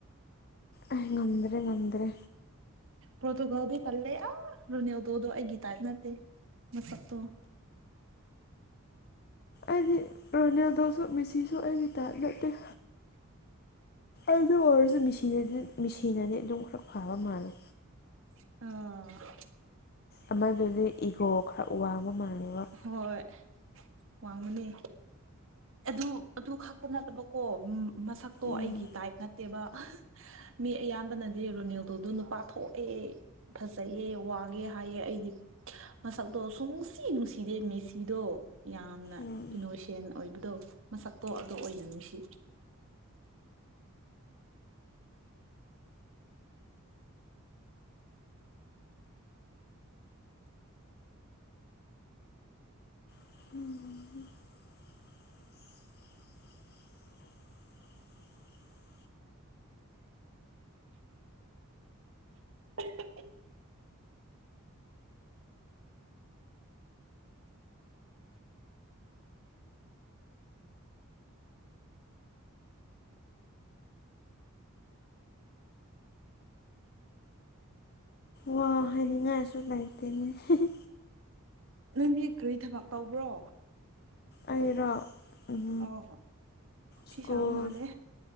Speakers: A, on the left; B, on the right.
A: ꯑꯩ ꯉꯝꯗ꯭ꯔꯦ ꯉꯝꯗ꯭ꯔꯦ
B: ꯄ꯭ꯔꯣꯇꯨꯒꯜꯗꯤ ꯇꯜꯂꯦ ꯑꯥ ꯔꯣꯅꯦꯜꯗꯣꯗꯣ ꯑꯩꯒꯤ ꯇꯥꯏꯞ ꯅꯠꯇꯦ ꯃꯁꯛꯇꯣ
A: ꯑꯩꯗꯤ ꯔꯣꯅꯦꯜꯗꯣꯁꯨ ꯃꯤꯁꯤꯁꯨ ꯑꯩꯒꯤ ꯇꯥꯏꯞ ꯅꯠꯇꯦ ꯑꯗꯨ ꯑꯣꯏꯔꯁꯨ ꯃꯦꯁꯤꯅꯗꯤ ꯃꯦꯁꯤꯅꯗꯤ ꯑꯗꯨꯝ ꯈꯔ ꯐꯕ ꯃꯥꯜꯂꯦ
B: ꯑ
A: ꯑꯃꯗꯨꯗꯤ ꯏꯒꯣ ꯈꯔ ꯋꯥꯡꯕ ꯃꯥꯜꯂꯦꯕ
B: ꯍꯣꯏ ꯋꯥꯡꯕꯅꯦ ꯑꯗꯨ ꯑꯗꯨ ꯈꯛꯇ ꯅꯠꯇꯕꯀꯣ ꯃꯁꯛ ꯇꯣ
A: ꯎꯝ
B: ꯑꯩꯒꯤ ꯇꯥꯏꯞ ꯅꯠꯇꯦꯕ ꯑꯍꯥ ꯃꯤ ꯑꯌꯥꯝꯕꯅꯗꯤ ꯔꯣꯅꯦꯜꯗꯣꯗꯣ ꯅꯨꯄꯥ ꯊꯣꯛ ꯑꯦ ꯐꯖꯩꯌꯦ ꯋꯥꯡꯉꯦ ꯍꯥꯏꯌꯦ ꯑꯩꯗꯤ ꯃꯁꯛꯇꯣ ꯁꯨꯡꯁꯤ ꯅꯨꯡꯁꯤ ꯏꯗꯦ ꯃꯦꯁꯤꯗꯣ ꯌꯥꯝꯅ
A: ꯎꯝ
B: ꯏꯅꯣꯁꯦ ꯑꯦꯟ ꯑꯣꯏꯕꯗꯣ ꯃꯁꯛꯇꯣ ꯑꯗꯨ ꯑꯣꯏꯅ ꯅꯨꯡꯁꯤ
A: ꯍꯝ ꯍꯝ <inaudible>
B: <unintelligible>
A: ꯋꯥ ꯍꯥꯏꯅꯤꯡꯉꯥꯏꯁꯨ ꯂꯩꯇꯦꯅꯦ ꯍꯦ ꯍꯦ
B: ꯅꯪꯗꯤ ꯀꯔꯤ ꯊꯕꯛ ꯇꯧꯕ꯭ꯔꯣ
A: ꯑꯩꯔꯣ ꯎꯝ
B: ꯑꯧ
A: ꯁ꯭ꯀꯨꯜ
B: ꯐꯤ ꯁꯥꯕ ꯃꯥꯜꯂꯦ